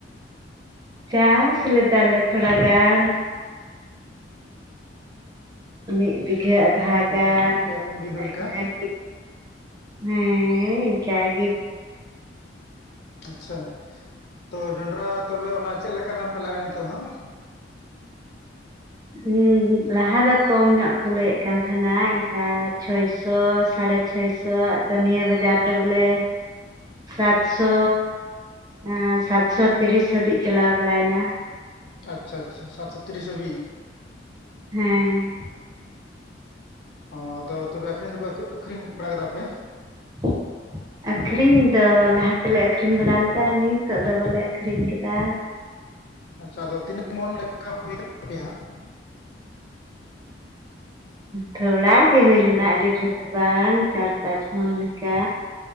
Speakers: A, on the right; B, on the left.
A: ᱪᱟᱥ ᱞᱮᱫᱟᱞᱮ ᱛᱷᱳᱲᱟ ᱜᱟᱱ, ᱢᱤᱫ ᱵᱤᱜᱷᱟᱹ ᱟᱫᱷᱟ ᱜᱟᱱ,
B: ᱟᱨᱦᱚᱸ ᱯᱮ ᱯᱩᱱ ᱵᱤᱜᱷᱟᱹ ᱞᱮᱠᱟ
A: ᱤᱱᱟᱹ ᱜᱮ ᱦᱮᱸᱻ ᱤᱝᱠᱟ ᱜᱮ᱾
B: ᱟᱪᱪᱷᱟ ᱛᱚ ᱡᱚᱱᱰᱨᱟ ᱛᱚᱵᱮ ᱚᱱᱟ ᱪᱮᱫ ᱞᱮᱠᱟ ᱫᱟᱢ ᱯᱮ ᱞᱟᱜᱟᱣᱟ ᱱᱤᱛᱚᱜ ᱦᱟᱸᱜ?
A: ᱩᱸ ᱞᱟᱦᱟ ᱫᱚ ᱠᱚᱢ ᱧᱚᱜ ᱠᱚ ᱞᱟᱹᱭᱮᱫ ᱠᱟᱱ ᱛᱟᱦᱮᱸᱱᱟ ᱮᱱᱠᱟ ᱪᱷᱚᱭ ᱥᱚ ᱥᱟᱲᱮ ᱪᱷᱚᱭ ᱥᱚ ᱟᱫᱚ ᱱᱤᱭᱟᱹ ᱵᱟᱡᱟᱨ ᱫᱚ ᱵᱚᱞᱮ ᱥᱟᱛᱥᱚ ᱟᱸ ᱥᱟᱛᱥᱚ ᱛᱤᱨᱤᱥ ᱦᱟᱹᱵᱤᱡ ᱪᱟᱞᱟᱣ ᱵᱟᱲᱟᱭᱱᱟ᱾
B: ᱟᱪᱪᱷᱟ ᱟᱪᱪᱷᱟ ᱥᱟᱛᱥᱚ ᱛᱤᱨᱤᱥ ᱦᱟᱹᱵᱤᱡ?
A: ᱦᱮᱸ᱾
B: ᱚ ᱟᱫᱚ ᱛᱚᱵᱮ ᱟᱹᱠᱷᱨᱤᱧ ᱫᱚ ᱟᱹᱠᱷᱨᱤᱧ ᱵᱟᱲᱟ ᱠᱟᱫᱟ ᱯᱮ?
A: ᱦ ᱟᱹᱠᱷᱨᱤᱧ ᱫᱚ ᱞᱟᱦᱟ ᱛᱮᱞᱮ ᱟᱹᱠᱷᱨᱤᱧ ᱵᱟᱲᱟ ᱞᱮᱫᱟ, ᱱᱤᱛᱚᱜ ᱫᱚ ᱵᱟᱞᱮ ᱟᱹᱠᱷᱨᱤᱧ ᱠᱟᱫᱟ᱾ ᱦ
B: ᱟᱪᱪᱷᱟ ᱟᱫᱚ ᱛᱤᱱᱟᱹᱜ ᱢᱚᱱ ᱞᱮᱠᱟ ᱦᱩᱭ ᱞᱮᱱ ᱛᱟᱯᱮᱭᱟ ᱦᱟᱸᱜ?
A: ᱛᱷᱚᱲᱟ ᱜᱮ ᱦᱩᱭ ᱞᱮᱱᱟ ᱟᱹᱰᱤ ᱰᱷᱮᱨ ᱫᱚ ᱵᱟᱝ ᱪᱟᱨ ᱯᱟᱸᱪ ᱢᱚᱱ ᱞᱮᱠᱟ᱾